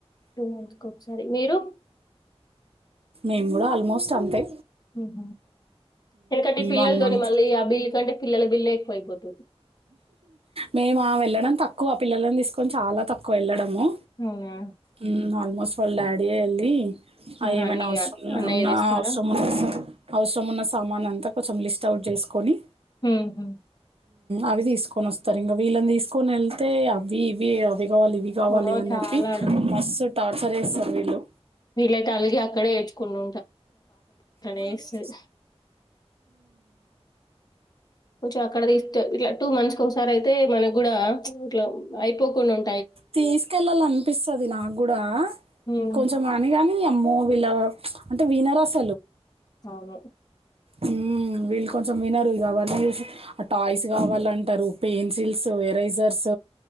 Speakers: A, on the left (about 40°); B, on the right (about 60°).
A: టూ మంత్స్ కు ఒకసారి మీరు
B: మేము కూడా ఆల్మోస్ట్ అంతే
A: ఊహ ఎందుకంటే ఈ పిల్లలతోని
B: వన్ మంత్
A: మళ్ళీ ఆ బిల్లు కంటే పిల్లల బిల్లు ఎక్కువ ఇపోతాది
B: మేమ ఆ వెళ్ళడం తక్కువ ఆ పిల్లని తీసుకొని చాలా తక్కువ వెళ్ళడం మో
A: అవునా
B: ఊ అల్మోస్ట్ వాళ్ళ డాడి ఎ వెళ్ళి అ
A: ఆహా,
B: ఏమైనా
A: అన్ని
B: అవసరం
A: అన్నయ్య
B: ఉన్న
A: తెస్తారా
B: అవసరం ఉన్న అవసరం ఉన్న సామాన్ అంతా కొంచెం లిస్ట్ అవుట్ చేసుకొని
A: ఉహు
B: అవి తీసుకొని వస్తారు ఇంగా వీళ్ళని తీసుకొని వెళ్తే అవి ఇవి అది కావాలి ఇదవి కావాలి
A: ఓ
B: అని
A: చాలా
B: చెప్పి మస్త్ టార్చర్ చేస్తారు వీళ్ళు
A: వీళ్ళైయితే అలిగి అక్కడే ఏడ్చుకుంటూ అట్లనే
B: వునా
A: చేస్తది. కొంచెం అక్కడదిస్తే ఇట్లా టూ మంత్స్ ఒకసారి అయితే మనకు కూడా ఇట్లా అయిపోకుండా ఉం
B: తీసుకెళ్ళలాల అనిపిస్తది నాకు కూడా
A: హ్మ్.
B: కొంచెం అని గానీ అమ్మో వీళ్ళ అంటే వీనరు అసలు
A: అవును
B: ఊ వీళ్ళు కొంచెం వినరు ఇగా అవన్నీ చూసి టాయ్స్ కావాలంటారు పెన్సిల్స్ ఎరైజర్స్